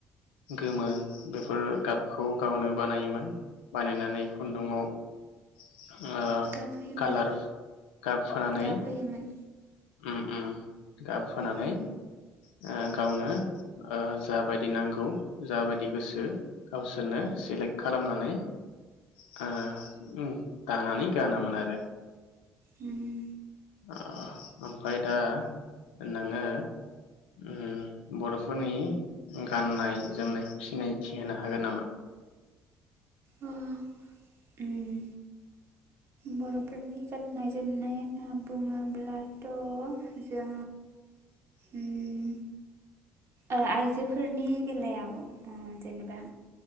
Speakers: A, on the left; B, on the right.
A: गोमो बेफोर गाबखौ गावनो बानायोमोन। बानायनानै खुन्दुंआव ओ
B: गाबहोयोमोन
A: कालार गाब होनानै
B: गाबहोयोमोन
A: उम उम। गाब होनानै
B: उम
A: ओ गावनो ओ जाबायदि नांगौ जाबायदि गोसो गावसोरनो सेलेक्ट खालामनानै ओ उम दानानै गानोमोन आरो।
B: उम।
A: ओ ओमफ्राय दा नोङो उम बर'फोरनि गाननाय जोमनायखौ सिनायथि होनो हागोन नामा?
B: अ उम। बर'फोरनि गाननाय जोमनाय होनना बुङोब्लाथ' जों उम ओ आइजोफोरनि बेलायाव ओ जेनेबा